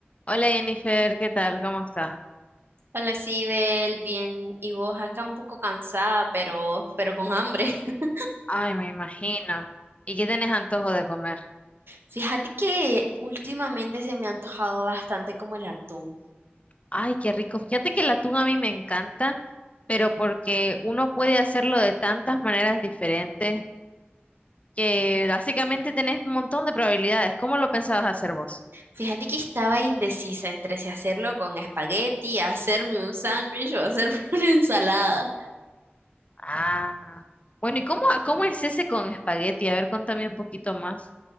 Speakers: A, on the left; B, on the right.
A: Hola Jennifer, ¿qué tal? ¿Cómo estás?
B: Hola, Sibel, bien. Y vos acá un poco cansada, pero, pero con hambre. <laughs>
A: Ay, me imagino. ¿Y qué tenés antojo de comer?
B: Fíjate que últimamente se me ha antojado bastante como el atún.
A: Ay, qué rico. Fíjate que la atún a mí me encanta, pero porque uno puede hacerlo de tantas maneras diferentes que básicamente tenés un montón de probabilidades. ¿Cómo lo pensabas hacer vos?
B: Fíjate que estaba indecisa entre si hacerlo con espagueti, hacerme un sándwich o hacerme <laughs> una ensalada.
A: Ah, bueno, ¿y cómo, cómo es ese con espagueti? A ver, contame un poquito más.